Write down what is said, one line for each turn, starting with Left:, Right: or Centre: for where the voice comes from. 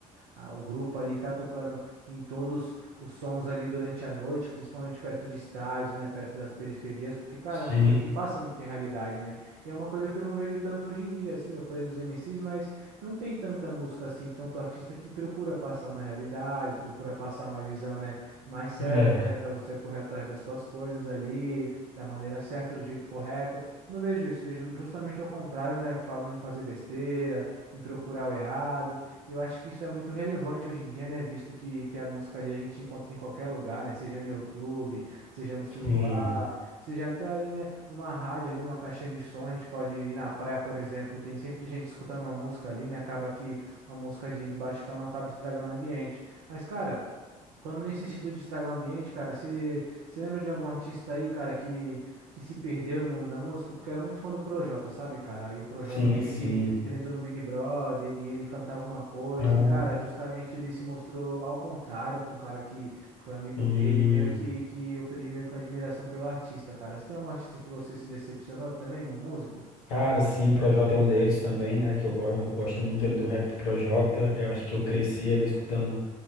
Right: a- o grupo ali tá tocando em todos os sons ali durante a noite, principalmente perto de estádios, né, perto das periferias, porque, cara,
Left: Sim,
Right: é uma coisa que passa muito em realidade, né? E é uma coisa que eu não vejo tanto hoje em dia, assim, eu falei dos MCs, mas não tem tanta música assim, tanto artista que procura passar uma realidade, procura passar uma visão, né, mais certa,
Left: é,
Right: né, para você correr atrás das suas coisas ali, da maneira certa, do jeito correto. Não vejo isso, vejo justamente ao contrário, né, falando em fazer besteira, em procurar o errado. Eu acho que isso é muito relevante hoje em dia, né? Visto que, que a música ali a gente encontra em qualquer lugar, né? Seja no YouTube, seja no celular,
Left: sim,
Right: seja até ali, né? Numa rádio, ali numa caixinha de som, a gente pode ir na praia, por exemplo, tem sempre gente escutando uma música ali, né? Acaba que uma música de, de baixo calão acaba estragando o ambiente. Mas, cara. Falando nesse sentido de estragar o ambiente, cara, você você lembra de algum artista aí, cara, que, que se perdeu no mundo da música? Porque eu era muito fã do Projota, sabe, cara? E o Projota,
Left: sim,
Right: eu vi
Left: sim.
Right: que, que ele entrou no Big Brother e ele cantava uma coisa,
Left: Ah,
Right: e, cara, justamente ele se mostrou ao contrário com um cara que foi amigo
Left: sim.
Right: dele, e meio que, que eu perdi meio que uma admiração pelo artista, cara. Você tem algum artista que você se decepcionou também, um músico?
Left: Cara, sim, o Projota é um deles também, né? Que eu, go- eu gosto muito ali do rap do Projota. Eu acho que eu cresci ali escutando